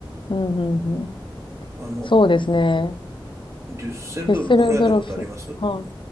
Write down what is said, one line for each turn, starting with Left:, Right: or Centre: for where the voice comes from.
Left: うん、うん、うん。
Right: あの、
Left: そうですね。
Right: デュッセルドルフ来られたことあります
Left: フェッセルドルフ。はい